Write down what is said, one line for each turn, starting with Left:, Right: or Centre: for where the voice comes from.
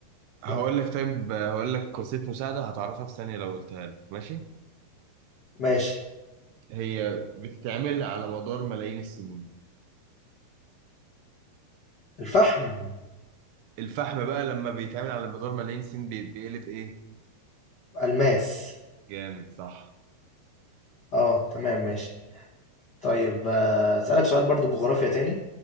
Right: هقول
Left: لا.
Right: لك طيب هقول لك وسيلة مساعدة هتعرفها في ثانية لو قلتها لك ماشي
Left: ماشي
Right: هي بتتعمل على مدار ملايين السنين
Left: الفحم
Right: الفحم بقى لما بيتعمل على مدار ملايين السنين بي- بيقلب إيه
Left: ألماس
Right: جامد صح
Left: اه تمام ماشي طيب آه، أسألك سؤال برضو جغرافيا تاني